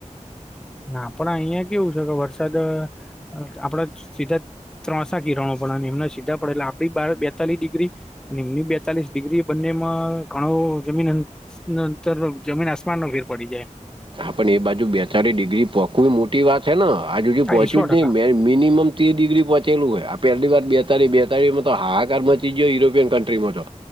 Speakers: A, in the centre; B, on the right (about 40°).
A: ના આપણા અહીયા કેવું છે, કે વરસાદ આપણા સીધા જ ત્રણસા કિરણો પણને એમને સીધા પડે આપડી બેતાલી ડિગ્રી અને એમની બેતાલીસ ડિગ્રી બંનેમાં ઘણો જમીન નંતર જમીન આસમાનન ફેર પડી જાય
B: હા પણ એ બાજુ બેતાડી ડિગ્રી પોકુ મોટી વાત છે ન આજુ
A: હા
B: પહોંચ્યું
A: એ સો
B: જ
A: ટકા
B: નહી મે મિનિમમ ત્રીર ડિગ્રી પહોચલું હોય આ પહેલી બેતાળી બેતાળીમાં તો હાકારમાં મ યુરોપિયન કન્ટ્રીમાં તો